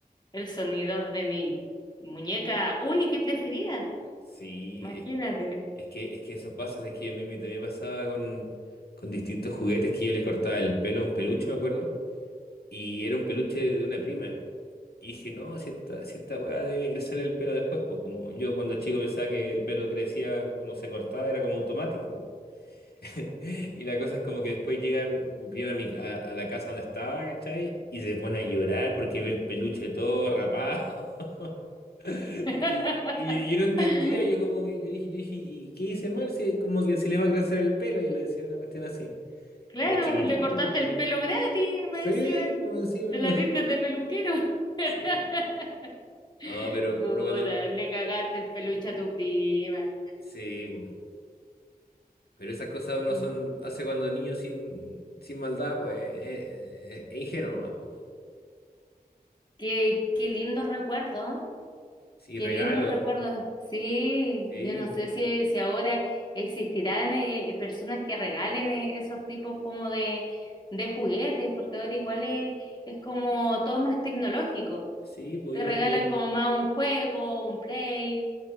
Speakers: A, on the left; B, on the left.
A: el sonido de mi muñeca única y preferida.
B: Sí,
A: Imagínate.
B: es, es que, es que eso pasa, es que a mí me, también pasaba con, con distintos juguetes que yo le cortaba el pelo a un peluche, me acuerdo. Y era un peluche de una prima. Y dije, no, si esta, si esta weá debe crecerle el pelo después, pues como yo cuando chico pensaba que el pelo crecía cuando se cortaba, era como automático. po. <laughs> Y la cosa es como que después llega mi prima a, mi- a- a la casa donde estaba, ¿cachai? Y se pone a llorar porque ve el peluche todo rapado. <laughs>
A: <laughs>
B: Y, y yo no entendía, yo como que yo dije, yo dije, ¿y qué hice mal? Si, como que si le va a crecer el pelo, yo le decía una cuestión así.
A: Claro,
B: Era chiquitito,
A: le cortaste el
B: sí,
A: pelo gratis, más
B: Sí,
A: encima.
B: por encima.
A: Te la diste
B: <laughs>
A: de peluquero. <laughs>
B: Sí, pues. No, pero
A: Puta,
B: uno cuando...
A: le cagaste el peluche a tu prima.
B: Sí, po. pero esas cosas uno
A: Sí.
B: son... hace cuando niño sin, sin maldad, pues eh, eh, es ingenuo nomás, pues.
A: Qué, qué lindo recuerdo, ¿eh?
B: Sí,
A: qué
B: regalos.
A: lindo recuerdo. Sí,
B: Sí,
A: yo no sé si, si ahora existirán eh, personas que regalen eh, esos tipos como de, de juguetes, porque ahora igual es, es como todo más tecnológico.
B: sí, pudieron...
A: Te regalan
B: ju-
A: como más un juego, un play,